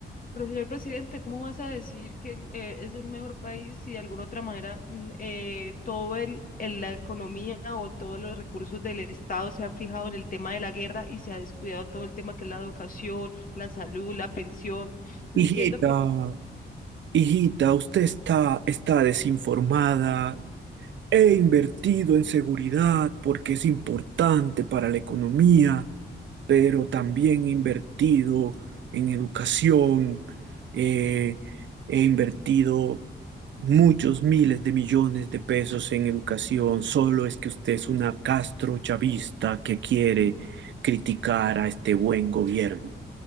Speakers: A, on the left; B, on the right.
A: Pero señor presidente, ¿cómo vas a decir que el- eh, es un mejor país si de alguna otra manera mm, eh, todo el, el- la economía o todos los recursos del Estado se han fijado en el tema de la guerra y se ha descuidado todo el tema que es la educación, la salud, la pensión? No
B: Hijita,
A: entiendo
B: hijita, usted está, está desinformada, He invertido en seguridad porque es importante para la economía, pero también he invertido en educación, eh, he invertido muchos miles de millones de pesos en educación, solo es que usted es una castrochavista que quiere criticar a este buen gobierno.